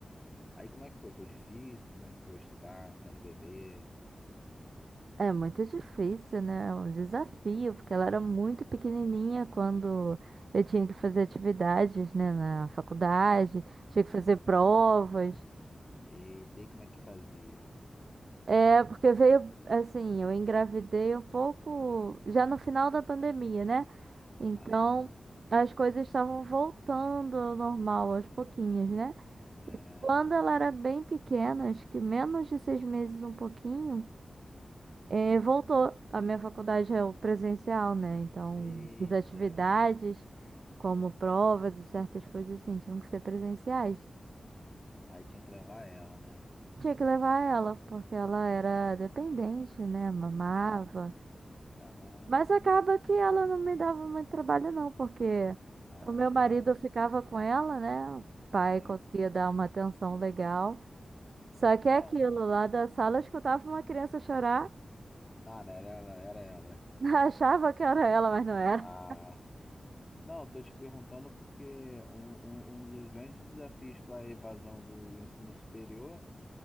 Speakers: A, on the left; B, on the right.
A: Aí como é que foi? Foi difícil? Como é que foi estudar, tendo bebê?
B: É muito difícil, né? É um desafio, porque ela era muito pequenininha quando eu tinha que fazer atividades, né, na faculdade, tinha
A: Ou
B: que fazer
A: não?
B: provas.
A: Eita, e como é que fazia?
B: É, porque veio assim, eu engravidei um pouco já no final da pandemia, né? Então
A: Ah,
B: as coisas estavam voltando ao normal aos pouquinhos, né?
A: é.
B: Quando ela era bem pequena, acho que menos de seis meses, um pouquinho, eh, voltou. A minha faculdade é o presencial, né? Então
A: Eita.
B: as atividades, como provas e certas coisas assim, tinham que ser presenciais.
A: Aí tinha que levar ela, né?
B: Tinha que levar ela, porque ela era dependente, né? Mamava.
A: É, caramba.
B: Mas acaba
A: Não.
B: que ela não me dava muito trabalho, não, porque
A: Ah,
B: o meu marido
A: tá.
B: ficava com ela, né? O pai
A: Tem...
B: conseguia dar uma atenção legal. Só que
A: Não,
B: é aquilo,
A: não
B: lá
A: é.
B: da sala eu escutava
A: assim.
B: uma criança chorar,
A: Ah, não, era ela, era ela.
B: <laughs> achava que era ela, mas não era.
A: Ah. Não, estou te perguntando porque um, um- um dos grandes desafios para a evasão do ensino superior,